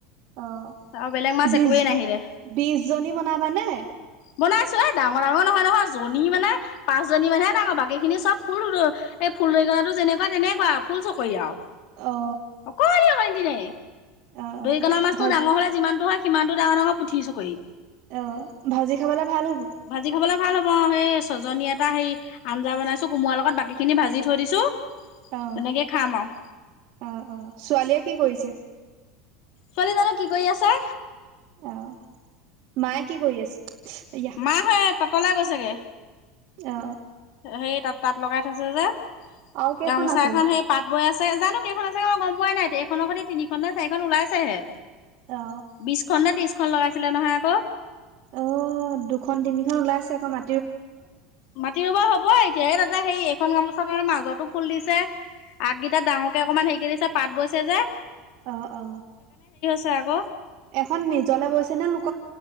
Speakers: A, on the right; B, on the left.
A: অ
B: আৰু বেলেগ মাছ
A: বি
B: একোৱেই নাহিলে
A: বিশ জনী বনাবানে?
B: বনাইছো এ ডাঙৰ ডাঙৰ নহয় নহয় জনী মানে পাঁচজনী মানেহে ডাঙৰ বাকী খিনি চব সৰু সৰু। এই ফুল দৰিকনাটো যেনেকুৱা তেনেকুৱা ফুল চকৰি আৰু।
A: অ
B: অকনি অকনমাতি,
A: অ অ
B: দৰিকণা মাছতটো
A: ভাজি
B: ডাঙৰ হলে যিমান টো হয় সিমানটো ডাঙৰ ডাঙৰ পুঠি চকৰি।
A: আহ ভাজি খাবলে ভাল হ'ব।
B: ভাজি খাবলৈ ভাল হ'ব অ সেই ছজনী এটা সেই আঞ্জা বনাইছো কোমাৰ লগত বাকী খিনি ভাজি থৈ দিছো।
A: অ
B: তেনেকে খাম আৰু
A: অ অ ছোৱালীয়ে কি কৰিছে?
B: ছোৱালী জানো কি কৰি আছে।
A: অ মাই কি কৰি আছে? ইয়া
B: মা হে ততলে গৈছেগে।
A: অ।
B: সেই তাত তাত লগাই থৈছে যে
A: আৰু কেইখন
B: গামোচা
A: আছেগে
B: এখন সেই পাত- বৈ আছে জানো কেইখন আছেে মই গম পোৱা নাই এইখনৰ খ তিনিখন নে চাৰিখন ওলাইছেহে।
A: অ
B: বিশখনন নে ত্ৰিশখনন লগাইছিলে নহয় আকৌ।
A: অ দুখন তিনিখন ওলাই আছে আকৌ মা
B: মাটি বা হ'ব এতিয়া এই তাতে সেই এইখন গামোচা তে মাজতো ফুল দিছে। আগকেইটটা ডাঙৰকে অকমান হেৰিক দিছে পাত বৈছে যে।
A: অ অ।
B: চাগে আক।
A: এখন নিজলে বৈছে নে লোক